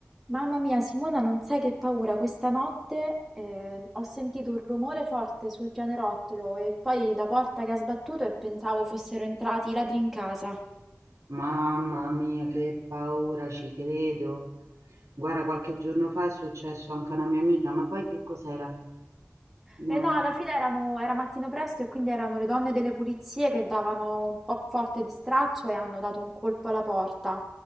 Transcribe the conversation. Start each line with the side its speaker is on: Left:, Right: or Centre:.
Centre: Mamma mia, Simona, non sai che paura. Questa notte eh, ho sentito un rumore forte sul pianerottolo e poi la porta che ha sbattuto e pensavo fossero entrati i ladri in casa.
Right: Mamma mia, che paura, ci credo. Guarda, qualche giorno fa è successo anche a una mia amica, ma poi che cos'era? No.
Centre: E no, alla fine erano- era mattino presto e quindi erano le donne delle pulizie che davano un po' forte di straccio e hanno dato un colpo alla porta.